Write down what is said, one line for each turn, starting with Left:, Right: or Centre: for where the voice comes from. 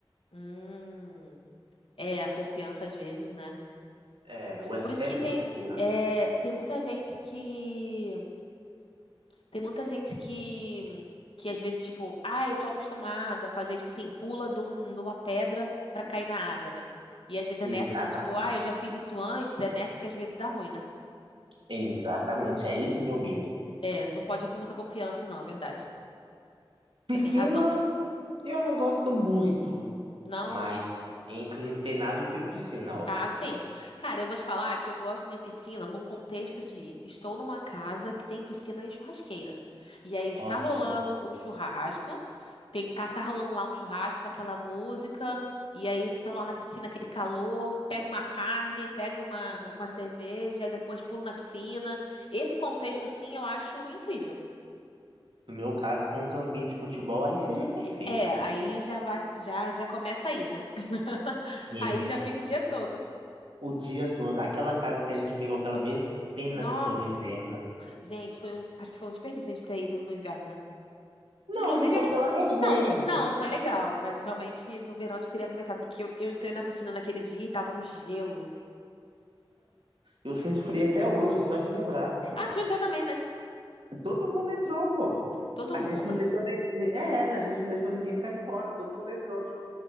Left: Hum. É, a confiança às vezes, né?
Right: É, o excesso
Left: Por isso que tem,
Right: de confiança.
Left: é, tem muita gente que. Tem muita gente que. Que às vezes, tipo, ah, eu tô acostumado a fazer, tipo assim, pula de, um- de uma pedra pra cair na água, né? E às vezes
Right: Exatamente.
Left: é nessa de, tipo, ah, eu já fiz isso antes, é nessa que às vezes dá ruim, né?
Right: Exatamente, é esse meu medo.
Left: É, não pode ir com muita confiança, não, é verdade. Você
Right: Piscina,
Left: tem razão.
Right: eu não gosto muito,
Left: Não,
Right: mas entre não ter nada, eu prefiro piscina, óbvio.
Left: Ah, sim. Cara, eu vou te falar que eu gosto de piscina num contexto de estou numa casa que tem piscina e churrasqueira. E aí
Right: Ok.
Left: está rolando o churrasco, tem tá, tá rolando lá um churrasco com aquela música, e aí eu tô lá na piscina, aquele calor, pego uma carne, pego uma, uma cerveja, e depois pulo na piscina. Esse contexto, assim, eu acho incrível.
Right: No meu caso, com um campinho de futebol, aí seria perfeito.
Left: É, aí já vai, já, já começa aí, né? <laughs>
Right: Sim.
Left: Aí já fica o dia todo.
Right: O dia todo. Aquela casa que a gente pegou aquela vez, pena
Left: Nossa!
Right: que foi no inverno.
Left: Gente, foi um, acho que foi um desperdício a gente ter ido no inverno, né?
Right: Não,
Left: Inclusive
Right: não foi
Left: aqui.
Right: pela resenha.
Left: Não, tipo, não, foi legal, mas realmente no verão a gente teria aproveitado, porque eu, eu entrei na piscina naquele dia e tava um gelo.
Right: Eu sinto frio até hoje, só de lembrar.
Left: Ah, tu entrou também, né?
Right: Todo mundo entrou, pô.
Left: Todo
Right: A
Left: mundo?
Right: gente não deixou ninguém. É, a gente não deixou ninguém ficar de fora, todo mundo entrou.